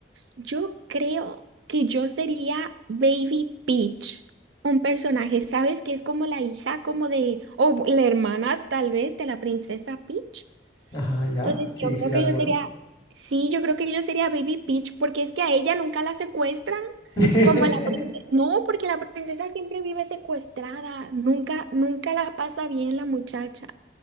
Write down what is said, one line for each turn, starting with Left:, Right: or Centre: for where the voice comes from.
Right: Yo creo que yo sería Baby Peach, un personaje, ¿sabes? Que es como la hija, como de... o la hermana tal vez de la princesa Peach.
Left: Ajá, ya.
Right: Entonces,
Left: Sí,
Right: yo creo
Left: sí la
Right: que
Left: recuerdo.
Right: yo sería, sí, yo creo que yo sería Baby Peach, porque es que a ella nunca la secuestran,
Left: <laughs>
Right: como a la princesa. No, porque la princesa siempre vive secuestrada, nunca, nunca la pasa bien la muchacha.